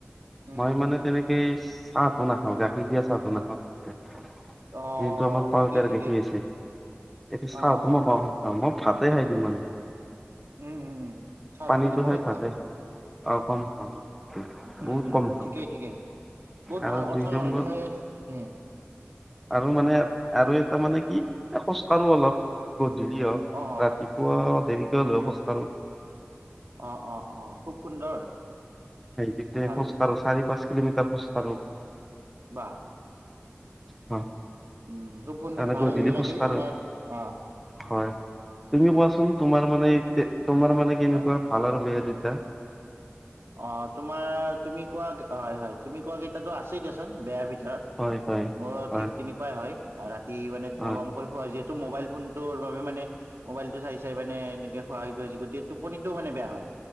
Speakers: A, on the right; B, in the centre.
A: উম
B: মই
A: উম
B: মানে তেনেকে চাহটো নাখাওঁ গাখীৰ দিয়া চাহটো নাখাওঁ দিয়া
A: অ
B: যিটো আমাৰ পাউডাৰ
A: ঠিকেই ঠিকেই
B: গাখীৰ আছে এইটো চাহ
A: অ অ
B: ত মই
A: অ
B: পাওঁ মই ভাতে খাই দিওঁ মানে
A: উম উম উম চাহটো
B: পানীটো
A: মানে কমেই
B: খাই
A: খোৱা
B: ভালে অ কম হয় মানে
A: উম
B: বহুত
A: উম
B: কম খাওঁ।
A: ঠিকেই ঠিকেই বহুত
B: আৰু
A: ভাল কথা
B: দুই
A: ক'লা
B: নম্বৰ
A: তুমি উম
B: আৰু মানে আৰু এটা মানে কি? খোজ কাঢ়ো অলপ গধূলি হওক,
A: অ
B: ৰাতিপুৱা দেৰি হলেওঁ খোজ কাঢ়ো।
A: অ অ অ খুব সুন্দৰ
B: তেতিয়া
A: ভাল
B: খোজ কাঢ়ো চাৰি, পাঁচ কিলোমিটাৰ খোজ কাঢ়ো।
A: বাহ।
B: হয়।
A: উম খুব সুন্দৰ
B: এনে
A: ভাল
B: গধূলি
A: লাগিল
B: খোজকাঢ়ো।
A: তোমাৰ, অহ।
B: হয় তুমি কোৱাচোন তোমাৰ মানে তোমাৰ মানে কেনেকুৱা
A: হয়
B: ভাল আ ভাল বেয়া দুইটা
A: অ তোমাৰ তুমি কোৱা, হয়-হয়। তুমি কোৱা কেইতাটো আছেই দিয়াচোন বেয়াৰ ভিতৰত। তাত
B: হয় হয়
A: মোৰ
B: হয়
A: ঠিক তেনেকুৱাই হয়। ৰাতি মানে
B: হয়
A: পলমকৈ খোৱা যিহেতু মোবাইল ফোনটোৰ বাবে মানে মোবাইলটো চাই চাই মানে এনেকে খোৱা হৈ গৈছে। গতিকে টোপনিটো মানে বেয়া হয়